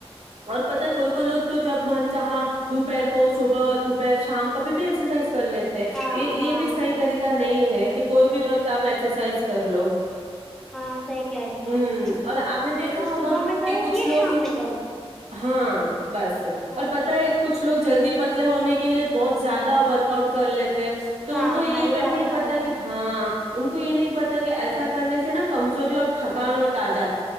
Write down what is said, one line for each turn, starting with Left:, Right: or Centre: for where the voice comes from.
Right: اور پتہ کوئی کوئی لوگ تو جب من چاہا دوپہر کو صبح دوپہر شام کبھی بھی ایکسرسائز کر لیتے ہیں
Centre: ہاں
Right: یہ
Centre: ہاں
Right: یہ بھی صحیح
Centre: ہاں
Right: طریقہ نہیں ہے کہ کوئی بھی وقت آپ ایکسرسائز کر لو
Centre: ہاں صحیح کہہ رہی ہو
Right: ہوں
Centre: آپ
Right: اور آپ نے
Centre: مطلب
Right: دیکھا
Centre: کہ
Right: ہوگا
Centre: صبح میں کرو
Right: کہ کچھ
Centre: یا
Right: لوگ
Centre: شام میں کرو
Right: ہاں بس
Centre: ہاں
Right: اور پتا ہے کچھ کچ لوگ جلدی پتلے ہونے کے لیے بہت زیادہ ورک آؤٹ کر لیتے تو
Centre: ہاں
Right: ان کو یہ
Centre: ہاں
Right: نہیں
Centre: بات تو
Right: پتا
Centre: ہے
Right: کہ ہاں ان کو یہ نہیں پتا کہ ایسا کرنے سے نا کمزوری اور تھکانوٹ آ جاتا